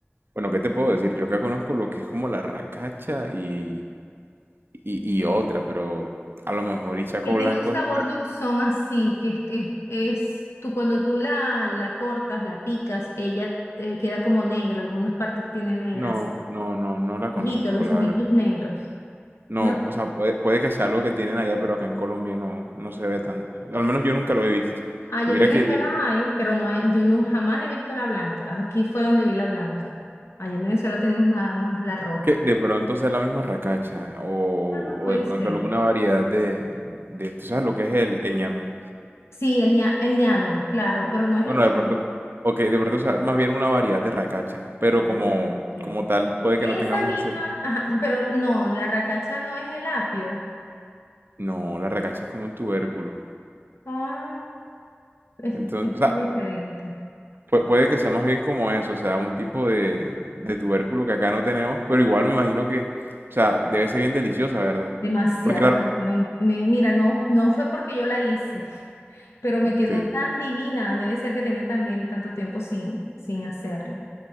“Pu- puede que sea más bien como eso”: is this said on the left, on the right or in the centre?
Right